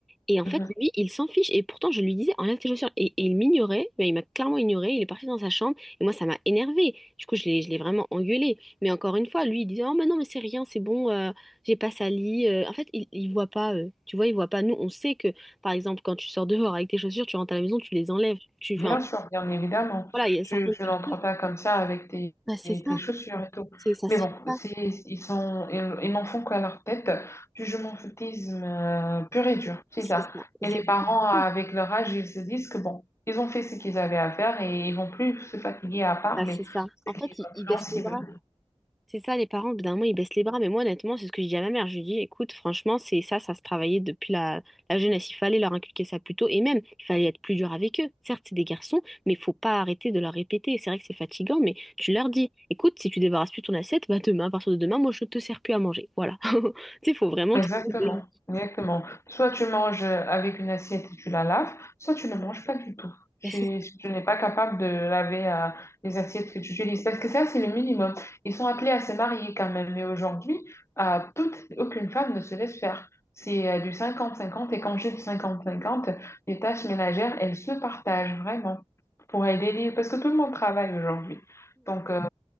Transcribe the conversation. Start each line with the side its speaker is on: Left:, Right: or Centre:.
Centre: Et en
Left: mhm.
Centre: fait, lui, il s'en fiche. Et pourtant, je lui disais, enlève tes chaussures. Et, et il m'ignorait, mais il m'a clairement ignoré. Il est parti dans sa chambre. Et moi, ça m'a énervé. Du coup, je l'ai, je l'ai vraiment engueulé. Mais encore une fois, lui, il disait, oh, mais non, mais c'est rien, c'est bon, euh, j'ai pas sali. Euh, en fait, il, il voit pas, euh, tu vois, il voit pas. Nous, on sait que, par exemple, quand tu sors dehors avec tes chaussures, tu rentres à la maison, tu les enlèves. Tu, enfin,
Left: Bien sûr, bien évidemment.
Centre: voilà, il y a
Left: Je
Centre: certaines
Left: je
Centre: cultures.
Left: n'entres pas comme ça avec tes,
Centre: Bah, c'est
Left: tes
Centre: ça.
Left: chaussures et tout.
Centre: C'est, ça se
Left: Mais bon,
Centre: fait pas.
Left: c'est, ils sont, ils, ils n'en font qu'à leur tête du jumentisme euh, pur et dur, c'est
Centre: C'est
Left: ça.
Centre: ça. Et
Left: Et
Centre: c'est
Left: les parents,
Centre: frustrant.
Left: avec leur âge, ils se disent que bon, ils ont fait ce qu'ils avaient à faire et ils vont plus se fatiguer à parler,
Centre: Bah, c'est ça. En
Left: ce
Centre: fait,
Left: qui est
Centre: il,
Left: compréhensible.
Centre: il baisse les bras. C'est ça, les parents, au bout d'un moment, ils baissent les bras. Mais moi, honnêtement, c'est ce que je dis à ma mère. Je lui dis, écoute, franchement, c'est ça, ça se travaillait depuis la, la jeunesse. Il fallait leur inculquer ça plus tôt. Et même, il fallait être plus dur avec eux. Certes, c'est des garçons, mais il faut pas arrêter de leur répéter. C'est vrai que c'est fatigant, mais tu leur dis, écoute, si tu débarrasses plus ton assiette, bah demain, à partir de demain, moi, je te sers plus à manger. Voilà. <laughs> Tu sais, il faut vraiment
Left: Exactement,
Centre: trouver des-
Left: exactement. Soit tu manges euh, avec une assiette et tu la laves, soit tu ne manges pas du tout. Si
Centre: Bah, c'est ça.
Left: si tu n'es pas capable de laver euh, les assiettes que tu utilises, parce que ça, c'est le minimum. Ils sont appelés à se marier quand même, mais aujourd'hui, euh, toute, aucune femme ne se laisse faire. C'est euh, du cinquante-cinquante et quand j'ai du cinquante-cinquante, les tâches ménagères, elles se partagent vraiment pour aider les... Parce que tout le monde travaille aujourd'hui. Donc, euh,